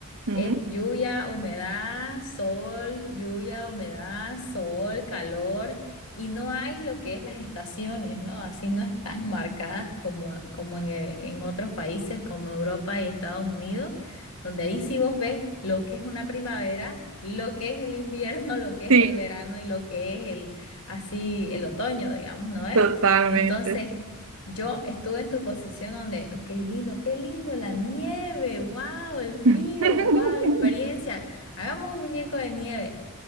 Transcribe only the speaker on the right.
ujú.
Sí,
totalmente.
<laughs>